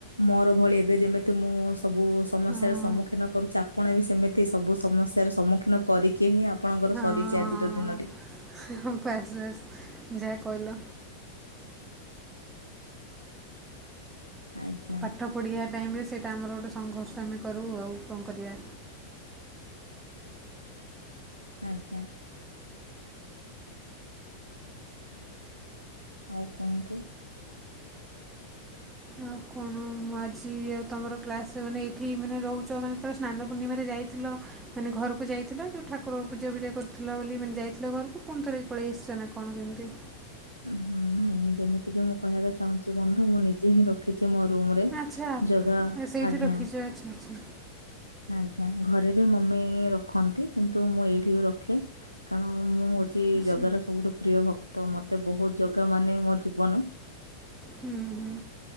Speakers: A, on the left; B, on the right.
A: ମୋର ଭଳି ଏବେ ଯେମିତି ମୁଁ ସବୁ ସମସ୍ୟାର
B: ହଁ
A: ସମ୍ମୁଖୀନ କରୁଛି ଆପଣ ବି ସେମିତି ସବୁ ସମସ୍ୟାର ସମ୍ମୁଖୀନ କରିକି ହିଁ ଆ ଆପଣଙ୍କର
B: ହଁ
A: ସରିଛି ଆଜିର ଦିନଟି।
B: ହଁ ବାସ୍ ବାସ୍ ଯାହା କହିଲ।
A: ଆଜ୍ଞା
B: ପାଠ ପଢିବା ଟାଇମ ରେ ସେଇଟା ଆମର ଗୋଟେ ସଂଘର୍ଷ ଆମେ କରୁ ଆଉ କଣ କରିବା?
A: ଆଜ୍ଞା। ଆଉ କୁହନ୍ତୁ।
B: ଆଉ କଣ ମୁଁ ଆଜି ଆଉ ତୁମର କ୍ଲାସ ମାନେ ଏଇଠି ମାନେ ରହୁଛ ମାନେ ଯେତେବେଳେ ସ୍ନାନ ପୂର୍ଣିମାରେ ଯାଇଥିଲ ମାନେ ଘ ଘରକୁ ଯାଇଥିଲ ଯଉ ଠାକୁରକୁ ପୂଜା ପୂଜା କରୁଥିଲ ବୋଲି ମାନେ ଯାଇଥିଲ ଘରକୁ ପୁଣି ଥରେ ପଳେଇ ଆସିଛ ନା କଣ କେମିତି?
A: ହୁଁ ନାଇଁ ଯେମିତି କି ମୁଁ କହିବାକୁ ଚାହୁଁଛି ବନ୍ଧୁ ମୁଁ ନିଜେ ହିଁ ରଖି ମୋ ରୁମ ରେ
B: ଆଚ୍ଛା
A: ଜଗା
B: ସେଇଠି
A: ଆଜ୍ଞା।
B: ରଖିଛ ଆଚ୍ଛା ଆଚ୍ଛା
A: ଆଜ୍ଞା ଘରେ ବି ମମି ରଖନ୍ତି କିନ୍ତୁ ମୁଁ ଏଇଠି ବି ରଖେ କାରଣ ମୁଁ ଖୀ
B: ଆଚ୍ଛା
A: ଜଗାର ସବୁଠୁ ପ୍ରିୟ ଭକ୍ତ ମତେ ବହୁତ ଜଗା ମାନେ ମୋ ଜୀବନ।
B: ହୁଁ ହୁଁ।